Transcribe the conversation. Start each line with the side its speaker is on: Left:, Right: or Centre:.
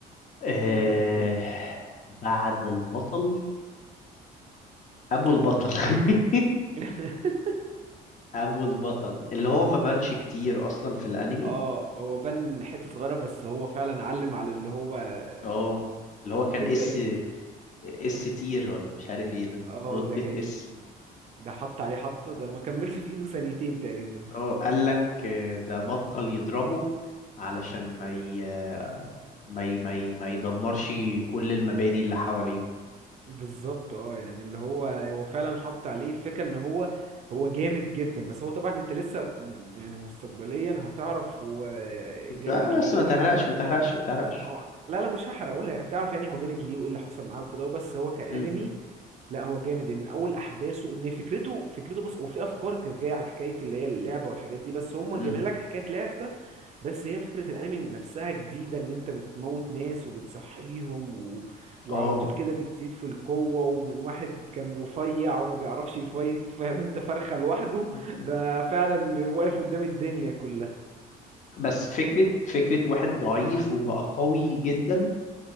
Left: آه،
Right: كده البطل جامد يعني.
Left: بعد البطل ابو البطل
Right: اه
Left: <laughs>
Right: <laughs>
Left: ابو البطل اللي هو ما بانش كتير اصلا في الانمي
Right: اه هو بان حتة صغيرة بس هو فعلا علم على اللي هو ال-
Left: اه اللي
Right: كان
Left: هو
Right: من
Left: كان
Right: رود
Left: اس
Right: بائس
Left: اس تير ولا مش عارف ايه ده
Right: اه
Left: رتبة
Right: ده كان
Left: اس
Right: ده حط عليه حطة ده ما كملش في ايده ثانيتين تقريبا
Left: اه قال لك ده بطل يضربه علشان ما ي... ما ي... ما ي... ما يدمرش كل المباني اللي حواليه
Right: بالظبط اه يعني اللي هو هو فعلا حط عليه الفكرة ان هو هو جامد جدا بس هو طبعا انت لسه م- يعني مستقبليا هتعرف هو
Left: قلت
Right: جامد
Left: آه
Right: ليه
Left: بس ما تحرقش ما تحرقش ما تحرقش
Right: اه لا لا مش هحرق اقولها هتعرف يعني هو جامد ليه وايه اللي حصل معاه وكده بس هو كانمي
Left: امم
Right: لا هو جامد يعني من اول احداثه ان فكرته فكرته بص هو في افكار كانت جايه على حكايه اللي هي اللعبه والحاجات دي بس هم جايبين
Left: امم
Right: لك حكايه لعبه بس هي فكره الانمي نفسها جديده ان انت بتموت ناس وبتصحيهم و... وعلى
Left: اه
Right: طول كده بتزيد في القوه ومن واحد كان رفيع وما بيعرفش يفايت فاهم انت فرخه لوحده
Left: <laughs>
Right: بقى فعلا واقف قدام الدنيا كلها
Left: بس فكرة فكرة واحد ضعيف وبقى قوي جدا